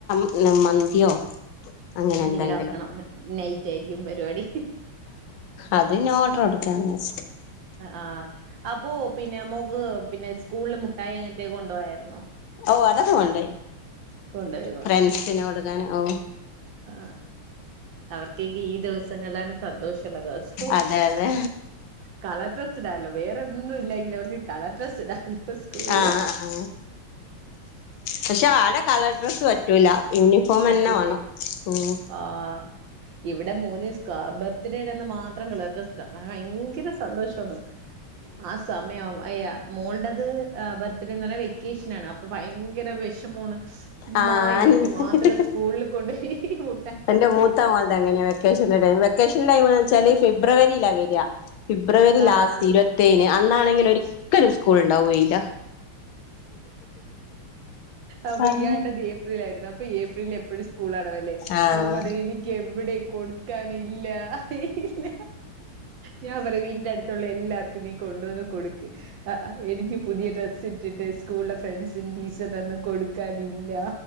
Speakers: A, on the left; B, on the right.
A: ഇന്ന് മന്തിയോ അങ്ങനെ
B: എന്തെങ്കിലും
A: എന്തെങ്കിലോ
B: ആക്കണം നൈറ്റ് ആയിരിക്കും പരിപാടി
A: അത് ഞ്ഞാ ഓഡറൊട്ത്ത് അന്യാസിക്ക
B: അ ആ അപ്പൊ പിന്നെ മോക് പിന്നെ സ്കൂള്ല് മുഠായി അങ്ങനത്തെയക്കെ കൊണ്ടോയാരുന്നോ
A: ഓ അതൊക്കെ കൊണ്ടേയ്
B: കൊണ്ടോയി
A: ഫ്രണ്ട്സിന് കൊടുക്കാന് ഓ
B: ആ അവർക്കക്കേ ഈ ദിവസങ്ങളാണ് സന്തോഷള്ളത് അ ച്ചോ
A: അതെ അതെ
B: കളർ ഡ്രസ്സ് ഇടാലോ വേറെ ഒന്നും ഇല്ലെങ്കില് അവർക്ക് കളർ ഡ്രസ്സ് ഇടാലോ സ്കൂളില്
A: ആ ആ പക്ഷെ ആടെ കളർ ഡ്രസ്സ് പറ്റൂല ഇനി ഫോമന്നെ
B: പറ്റൂലേ
A: വാണം ഉം
B: ആഹ് ഇവിടെ മോന് സ്ക ബർത്ത്ഡേടെന്ന് മാത്രം കളർ ഡ്രസ്സ്‌ട മോന് ഭയങ്കര സന്തോഷമാണ് ആ സമയം ആവും അയ്യ മോൾടത് ബർത്ത്ഡേന്നർഞ്ഞ വെക്കേഷനാണ് അപ് ഇപ്പൊ ഭയങ്കര വിഷമാണ് ഉമ്മാ
A: ആ
B: എനിക്ക് മാത്രം
A: ആ
B: സ്കൂളിൽ കൊണ്ടോയി മു
A: എന്റെ മൂത്തമോൾത് അങ്ങനെയ വെക് വെക്കേഷന്റെ ടൈമ് വെക്കേഷന്റെ ടൈമ് വെച്ചാല് ഫെബ്രുവരിയില വര ഫെബ്രുവരി
B: ആഹ്
A: ലാസ്റ്റ്
B: ആഹ്
A: ഇരു വത് തേന് അന്നാണെങ്കില് ഒരിക്കലും സ്കൂൾ ഉണ്ടാവുകയില്ല
B: അപ്പൊ
A: അതെ
B: ഇയാൾടെ ബേപ് ഏപ്രിലായിരുന്നു അപ്പൊ ഏപ്രിലിൽ എപ്പഴും സ്കൂൾ അടവല്ലേ
A: ആഹ്
B: അപ്പൊ പറയും എനിക് ക്ക് എവിടെയും കൊടുക്കാനില്ല ഏ യ് ഇല്ല ഞാൻ പറയും വീടിന്റെ അടുത്തുള്ള എല്ലാർക്കും നീ കൊണ്ടുവന്ന് കൊട് ആ എനിക്ക് പുതിയ ഡ്രസ്സ് ഇട്ടിട്ട് സ്കൂൾലെ ഫ്രണ്ട്സിന്റി സടന്ന് കൊട് കൊട്കാനില്ല